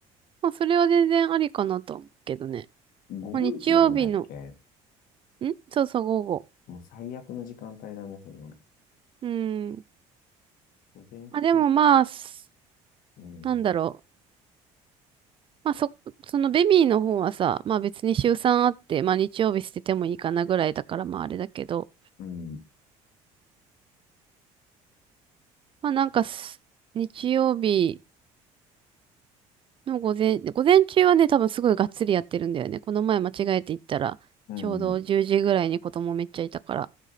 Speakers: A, on the right; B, on the left.
A: まあそれは全然ありかなと思うけどね。
B: 午後一なんだっけ
A: まあ、日曜日の、んそうそう、午後。
B: もう最悪の時間帯だね、その。
A: うん。
B: 午前中、
A: まあでもまあ、す
B: うん、
A: なんだろう。まあそ、そのベビーの方はさ、まあ別に週3あって、まあ日曜日捨ててもいいかなぐらいだからまああれだけど、
B: うん、
A: まあなんかす、日曜日、の午前、午前中はね、多分すごいがっつりやってるんだよね。この前間違えて行ったら、
B: うん、
A: ちょうど10時ぐらいに子供めっちゃいたから、